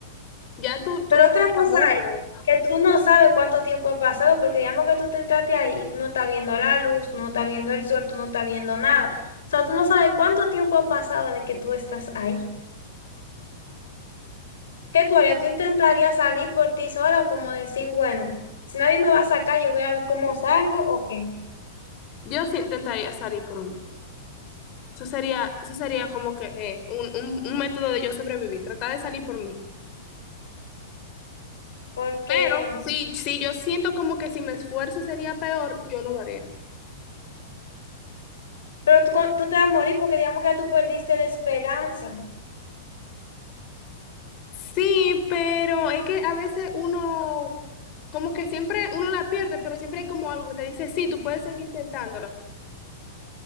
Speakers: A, on the left; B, on the left.
A: ya tú, tú
B: pero
A: le pones
B: otra cosa
A: pasas muerto.
B: es que tú no sabes cuánto tiempo ha pasado, porque digamos que tú te entraste ahí y tú no estás viendo la luz, no estás viendo el sol, tú no estás viendo nada. O sea, tú no sabes cuánto tiempo ha pasado de que tú estás ahí. ¿Qué tú harías? Tú intentarías salir por ti sola, como decir, bueno, si nadie me va a sacar, yo voy a ver cómo salgo o qué.
A: Yo sí intentaría salir por mí. Eso sería, eso sería como que eh, un, un, un método de yo sobrevivir, tratar de salir por mí.
B: Porque
A: Pero si, si yo siento como que si me esfuerzo sería peor, yo no lo haría.
B: Pero tú, co- tú te vas a morir porque digamos que ya tú perdiste la esperanza.
A: Sí, pero es que a veces uno, como que siempre uno la pierde, pero siempre hay como algo que te dice, sí, tú puedes seguir intentándolo.